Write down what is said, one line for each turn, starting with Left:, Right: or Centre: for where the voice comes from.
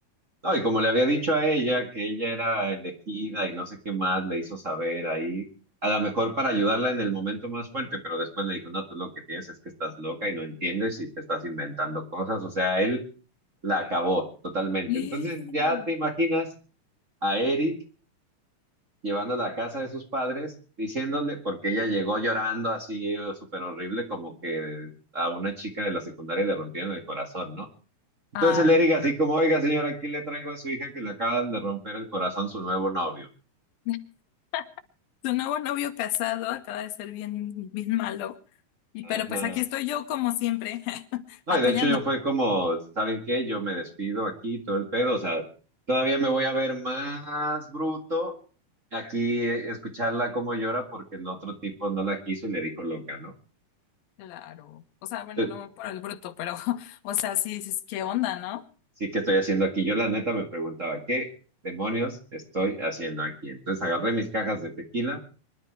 Right: No, y como le había dicho a ella que ella era elegida y no sé qué más, le hizo saber ahí, a lo mejor para ayudarla en el momento más fuerte, pero después le dijo, no, tú lo que tienes es que estás loca y no entiendes y te estás inventando cosas. O sea, él La acabó totalmente.
Left: <gasps>
Right: Entonces ya te imaginas a Eric llevándola a casa de sus padres, diciéndole, porque ella llegó llorando así eh, súper horrible, como que a una chica de la secundaria le rompieron el corazón, ¿no? Entonces
Left: Ay,
Right: el Eric
Left: no.
Right: así como, oiga señora, aquí le traigo a su hija que le acaban de romper el corazón su nuevo novio.
Left: <laughs> Tu nuevo novio casado acaba de ser bien, bien malo. Y
Right: Ajá.
Left: pero pues aquí estoy yo como siempre, <laughs>
Right: No,
Left: apoyando.
Right: y de hecho yo fue como, ¿saben qué? Yo me despido aquí, todo el pedo, o sea, todavía me voy a ver más bruto aquí eh, escucharla como llora porque el otro tipo no la quiso y le dijo loca, ¿no?
Left: Claro. O sea, bueno,
Right: Entonces,
Left: no por el bruto, pero <laughs> o sea, sí dices, ¿qué onda, no?
Right: Sí, que estoy haciendo aquí? Yo la neta me preguntaba, ¿qué demonios estoy haciendo aquí? Entonces agarré mis cajas de tequila